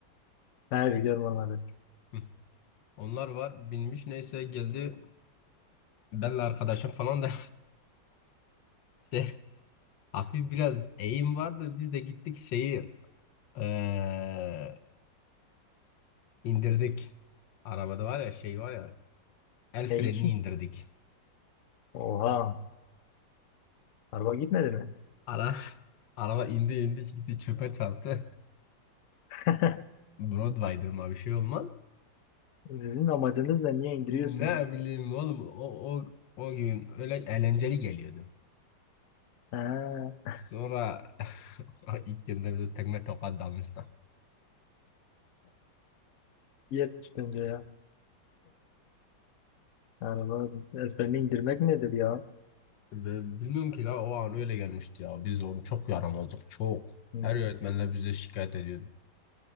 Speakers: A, on the left; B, on the left.
A: Ha, biliyorum onları.
B: <laughs> Onlar var binmiş neyse geldi. Benle arkadaşım falan da <laughs> şey, hafif biraz eğim vardı. Biz de gittik şeyi eee, indirdik. Arabada var ya şey var ya el frenini
A: e
B: indirdik.
A: Oha. Araba gitmedi mi?
B: Ara, <laughs> araba indi indi gitti çöpe çarptı. <laughs>
A: <laughs>
B: Broadway'dır mı bir şey olmaz.
A: Sizin amacınız da niye indiriyorsunuz?
B: Ne bileyim oğlum o, o, o gün öyle eğlenceli geliyordu.
A: Ha,
B: Sonra <laughs> ilk günde bir tekme tokat dalmışlar.
A: yetmiş bence ya. Araba ezberini indirmek nedir ya?
B: Ve Bilmiyorum ki la o an öyle gelmişti ya. Biz onu çok yaramazdık çok.
A: Hmm.
B: Her öğretmenler bize şikayet ediyordu.